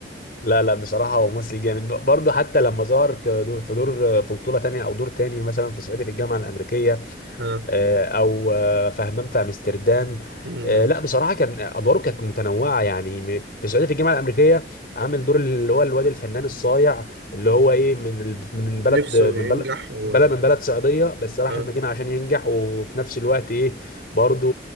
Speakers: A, on the left (about 55°); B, on the right (about 85°).
A: لا لا بصراحة هو ممثل جامد ب- برضه حتى لما ظهر كدو- في دور في بطولة تانية أو دور تاني مثلا في صعيدي في الجامعة الأمريكية
B: آه.
A: آه، أو آه، في همام في أمستردام
B: م-م.
A: آه، لا بصراحة كان أدواره كانت متنوعة يعني م- في صعيدي في الجامعة الأمريكية عامل دور اللي هو الواد الفنان الصايع اللي هو إيه من ال- من بلد
B: نفسه
A: من
B: ينجح
A: بلد
B: و
A: بلد من بلد صعيدية بس راح
B: آه.
A: المدينة عشان ينجح وفي نفس الوقت إيه برضه